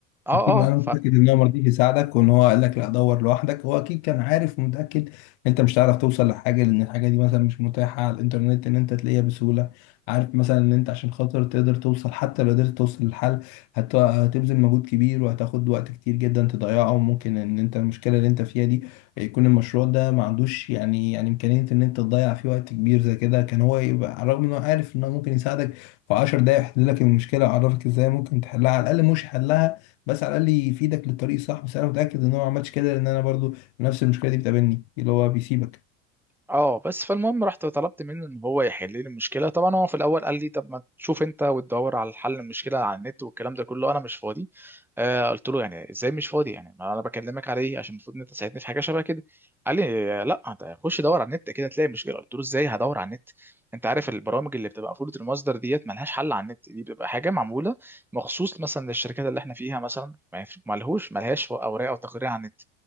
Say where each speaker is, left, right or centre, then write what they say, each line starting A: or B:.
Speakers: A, in the centre; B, on the left (about 60°).
A: اه
B: اكيد ما انا
A: اه
B: متاكد ان هو ما رضيش يساعدك وان هو قال لك لا دور لوحدك هو اكيد كان عارف ومتاكد ان انت مش هتعرف توصل لحاجه لان الحاجه دي مثلا مش متاحه على الانترنت ان انت تلاقيها بسهوله عارف مثلا ان انت عشان خاطر تقدر توصل حتى لو قدرت توصل للحل هت- هتبذل مجهود كبير وهتاخد وقت كتير جدا تضيعه وممكن ان انت المشكله اللي انت فيها دي يكون المشروع ده ما عندوش يعني يعني امكانيه ان انت تضيع فيه وقت كبير زي كده كان هو يبقى على الرغم ان هو عارف ان هو ممكن يساعدك في 10 دقايق يحل لك المشكله ويعرفك ازاي ممكن تحلها على الاقل مش حلها بس على الاقل يفيدك للطريق الصح بس انا متاكد ان هو ما عملش كده لان انا برضو نفس المشكله دي بتقابلني اللي هو بيسيبك
A: اه بس فالمهم رحت طلبت منه ان هو يحل لي المشكله طبعا هو في الاول قال لي طب ما تشوف انت وتدور على حل المشكله على النت والكلام ده كله انا مش فاضي آه قلت له يعني ازاي مش فاضي يعني ما انا بكلمك على ايه عشان المفروض ان انت تساعدني في حاجه شبه كده قال لي آه، لا انت خش دور على النت كده تلاقي مشكله قلت له ازاي هدور على النت انت عارف البرامج اللي بتبقى مفروض المصدر ديت ملهاش حل على النت دي بتبقى حاجه معموله مخصوص مثلا للشركات اللي احنا فيها مثلا ما ينفع- ملهوش ملهاش اوراق او تقارير على النت